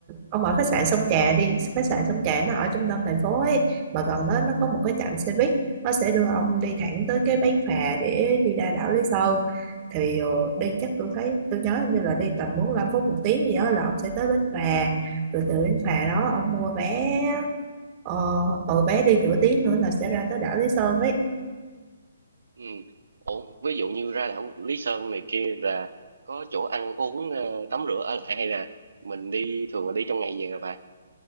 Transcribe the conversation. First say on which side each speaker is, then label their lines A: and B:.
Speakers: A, on the right; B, on the right.
A: ông ở
B: ừ,
A: khách sạn Sông Trà đi khách sạn Sông Trà nó ở trung tâm thành phố ấy mà gần đó nó có một cái trạm xe buýt nó sẽ đưa ông đi thẳng tới cái bến phà để đi ra đảo Lý Sơn thì ờ, đi chắc tôi thấy tôi nhớ như là đi tầm 45 phút một tiếng gì đó là ông sẽ tới bến phà rồi từ bến phà đó ông mua vé ờ, ừ, bé đi nửa tiếng nữa là sẽ ra tới đảo Lý Sơn ấy
B: ừ. Ủa, ví dụ như ra đảo Lý Sơn này kia là có chỗ ăn uống ờ, tắm rửa ở lại hay là mình đi thường là đi trong ngày về hả bà?